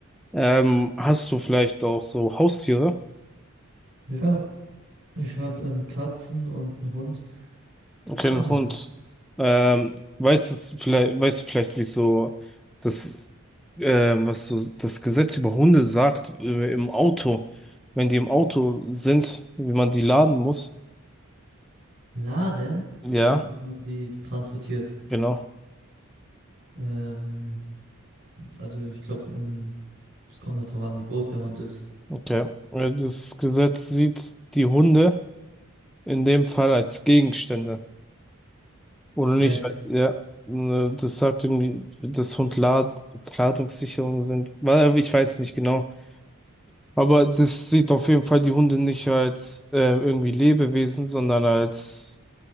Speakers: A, in the centre; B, on the right.
A: Ähm, hast du vielleicht auch so Haustiere?
B: Ja, ich habe ähm, Katzen und einen Hund.
A: Okay,
B: <clears throat>
A: einen Hund. Ähm, weißt es vielleicht, weißt du vielleicht, wie so das, ähm, was so das Gesetz über Hunde sagt, äh, im Auto, wenn die im Auto sind, wie man die laden muss?
B: Laden?
A: Ja,
B: Also wie man die transportiert.
A: genau.
B: Ähm, also ich glaube, es kommt halt drauf an, wie groß der Hund ist.
A: Okay. Äh, Das Gesetz sieht die Hunde in dem Fall als Gegenstände. Oder nicht?
B: Echt?
A: als- Ja, äh, das sagt irgendwie, dass Hund Lad Ladungssicherung sind. Weil, äh, Ich weiß nicht genau. Aber das sieht auf jeden Fall die Hunde nicht als äh, irgendwie Lebewesen, sondern als,